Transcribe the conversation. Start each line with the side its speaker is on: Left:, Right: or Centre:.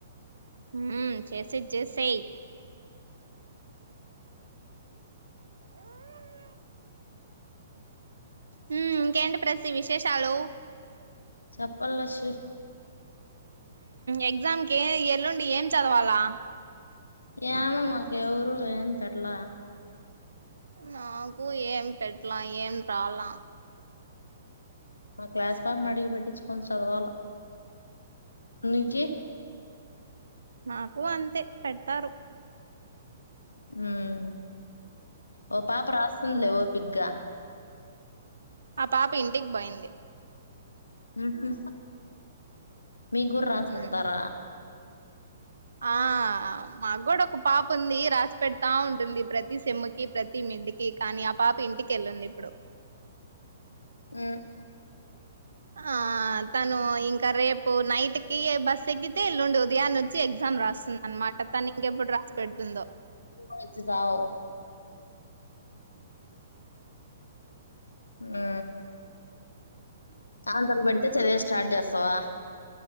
Right: హ్మ్ చేసేయి చేసేయ్ ఆ హ్మ్ ఇంకేంటి ప్రశ్ విశేషాలు
Left: చెప్పల్లా షీర్
Right: ఎగ్జామ్కి ఏ ఎల్లుండి ఏం చదవాలా
Left: ఏమో మాకు ఎవరు ఏమి పెట్ల
Right: నాకు ఏం పెట్ల ఏం రాల
Left: మా క్లాస్ పాపని అడిగి పెట్టించుకొని చదవాల నీకి
Right: నాకు అంతే పెడ్తారు
Left: మ్మ్ ఓ పాపరాస్ స్తుందలే వోపిగ్గా
Right: ఆ పాప ఇంటికి బోయింది
Left: మ్మ్ హు మీగుర్ రాసి
Right: ఉమ్
Left: పెడతారా
Right: ఆ మాగ్గూడ ఒక పాప ఉంది రాసి పెడతా ఉంటుంది. ప్రతి సెమ్మ్ కి ప్రతి మిడ్డికి కానీ ఆ పాప ఇంటికెళ్ళింది, ఇప్పుడు
Left: ఉమ్
Right: ఆ తను ఇంకా రేపు నైట్ కి బస్ ఎక్కితే ఎల్లుండి ఉదయాన్ వచ్చి ఎగ్జామ్ రాస్తుంది అనమాట తను ఇంకెప్పుడు రా పెడుతుందో
Left: వచ్చి జావ్ ఆ ఆంతల్ కి పెడ్ తే చదివేది స్టార్ట్ చేస్తావా